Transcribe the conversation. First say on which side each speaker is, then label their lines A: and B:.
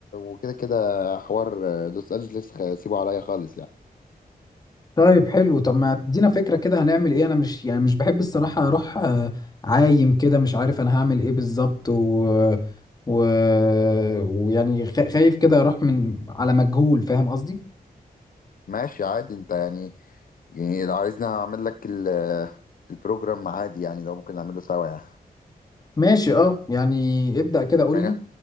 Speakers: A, on the left (about 65°); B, on the left (about 25°).
A: وكده كده حوار لوس انجلوس خ- سيبه عليا خالص يعني
B: طيب حلو طب ما تدينا فكرة كده هنعمل ايه انا مش يعني مش بحب الصراحة اروح آه عايم كده مش عارف انا هعمل ايه بالظبط و... و... ويعني خ- خايف كده اروح من على مجهول فاهم قصدي
A: ماشي عادي انت يعني يعني لو عايزني اعمل لك ال... البروجرام عادي يعني لو ممكن نعمله سوا يعني
B: ماشي اه يعني ابدأ كده قول
A: يعني
B: لي
A: ه-